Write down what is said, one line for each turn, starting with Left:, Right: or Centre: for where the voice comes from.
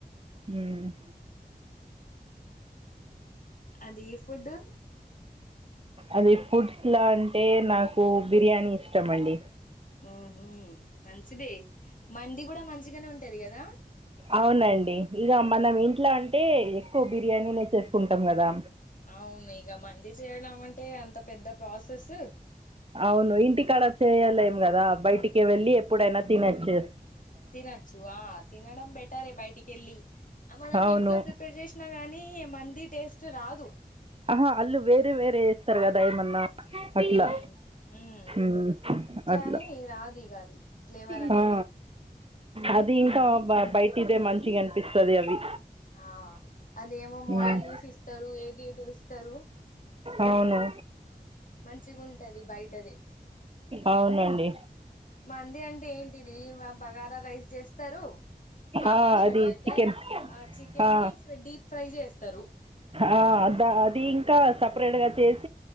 Right: మ్మ్
Left: అది ఈ ఫుడ్
Right: అది ఫుడ్స్లా అంటే నాకు బిర్యానీ ఇష్టమండి
Left: ఊహు మంచిదే మండీ గుడా మంచిగానే ఉంటది గదా
Right: అవునండి ఇగ మనం ఇంట్లో అంటే ఎక్కువ బిర్యానీనే చేసుకుంటాం గదా
Left: అవును ఇగ మంది చేయడం అంటే అంత పెద్ద ప్రాసెస్సు
Right: అవును ఇంటికాడ చేయలేం గదా బయటికి వెళ్ళి ఎప్పుడైనా తినొచ్చే
Left: తినచ్చు ఆ తినడం బెటరే బయటికెళ్ళి ఆ మనం
Right: అవును
Left: ఇంట్లో ప్రిపేర్ చేసినా గాని మండీ టేస్ట్ రాదు
Right: ఆ అల్లు వేరే వేరే ఏస్తారు గదా యేమన్నా అట్లా
Left: ఉమ్ ఉమ్
Right: మ్ అట్లా.
Left: అని రాదు ఇగ అది ఫ్లేవర్ అనేది
Right: హా అది ఇంకా అబ్బా బయటిదే మంచిగా అనిపిస్తది అవి
Left: ఆ అదేమో మోయాన్యూస్స్
Right: ఉమ్.
Left: ఇస్తారు ఏది ఏదో ఇస్తారు.
Right: అవును
Left: మంచిగా ఉంటది బయటది
Right: అవునండి
Left: మంది అంటే ఏంటిది బగారా రైస్ చేస్తారు మా
Right: ఆ
Left: భాషలో
Right: అది
Left: అయితే
Right: చికెన్
Left: ఆ చికెన్
Right: ఆ
Left: ని డీప్ ఫ్రై చేస్తారు
Right: అ దా అది ఇంకా సపరేట్ గా చేసి